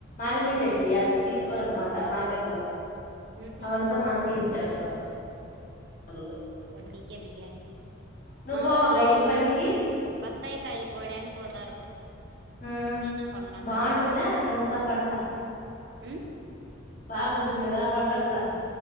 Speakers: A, on the left; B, on the right.
A: ఆగిపిండేటివి అట్లా తీసుకోరనమాట మార్కెట్ లో
B: ఉహు
A: అవంతా మనకే ఇచ్చేస్తారు వాళ్ళు
B: బో మీకేమెలే
A: నువ్వు
B: మా
A: పోవగా
B: వాళ్ళు
A: ఏం పనికి
B: బత్తాయి కాయలు కోడానికి పోతారు
A: ఉమ్
B: చీనా పండ్లంటర్
A: బాగుంటుందా
B: కాదా వాటికి
A: అక్కడంతా పంట
B: ఉ
A: బాగుంటుంది కదా పంట కూడా